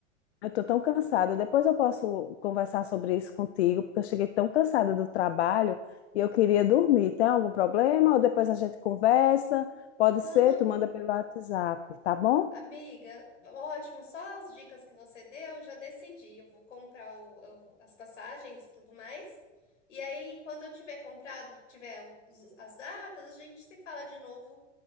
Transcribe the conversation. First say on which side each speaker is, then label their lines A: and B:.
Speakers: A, on the left; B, on the left.
A: eu tô tão cansada. Depois eu posso conversar sobre isso contigo, porque eu cheguei tão cansada do trabalho e eu queria dormir. Tem algum problema? Ou depois a gente conversa? Pode
B: não,
A: ser,
B: amiga.
A: tu manda pelo WhatsApp, tá bom?
B: Amiga, ótimo, só as dicas que você deu, já decidi. Eu vou comprar o- o- as passagens e tudo mais. E aí, quando eu tiver comprado, tiver os- as datas, a gente se fala de novo.